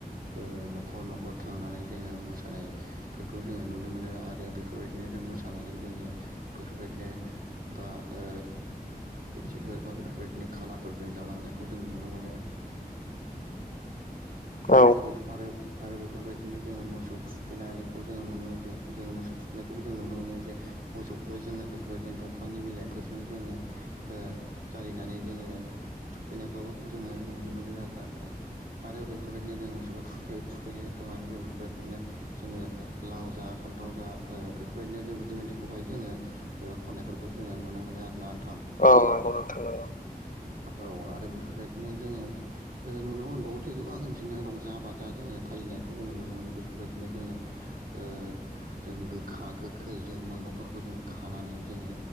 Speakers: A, on the right (about 65°); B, on the left (about 55°).
A: ओ न'खर न'खर थांनानै जोङो मोसानाय फोरखौ जोङो नुनो मोनो आरो बेफोरबायदिनो जों मोसानानै जोङो बेफोरबायदिनो बा ओ फेफसिफोर बा बेफोरबायदिनो खानाफोरजों जालांनायखौ जों नुनो मोनो।
B: औ
A: आरो बे आरो बेफोरबायदिनो जोङो मोसौ थुखैनायखौ जोङो नुनो मोनो जो जोङो मोसौ थुखैनायखौबो जों नुनो मोनो जे मोसौखौहाय जोङो बेफोरबायदिनो दंफांनि बिलाइफोरजों जोङो ओ जारिनानै जोङो थुखैनायखौ जोङो नुनो मोनो आरोना नोंथां। आरो बेफोरबायदिनो जों मोसौखौ थुखै थांनानै जों बेफोरबायदिनो जोङो लाव जा फान्थाव जा बेफोरबायदिनो जों बिदि मेथाइखौहाय जोङो खन्नायफोरखौ जोङो नुनो मोनो आरोना। थां
B: औ नंगौ नोंथां नंगौ।
A: औ आरो बेफोरबायदिनो जोङो ओ नुनो मोनबावो जे गोबां बिदिनो रंजा बाजा जोङो फालिनायखौ जोङो नुनो मोनो बेफोरबायदिनो जोङो ओ जों गोखा गोखै जों मैगंफोरखौ जों खानानै जोङो